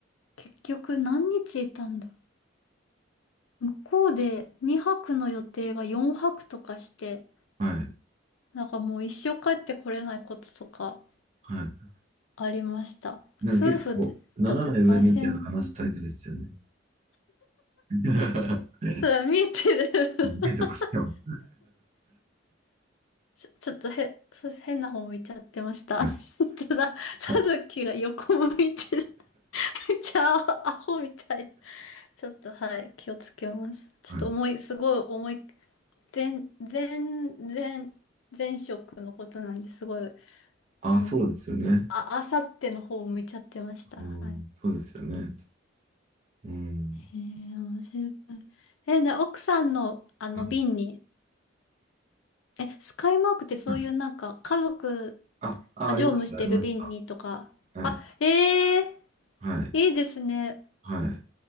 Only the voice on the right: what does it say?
はい。
はい
なんか結構、
斜め上見て話すタイプですよね。<laughs>
見えてますよ。
<laughs> はい。
<laughs>
はい。
あ、
そうですよね。
うん、
そうですよね。うん。
はい
はい
あ、あ、
ありました、ありました。はい、
はい、
はい、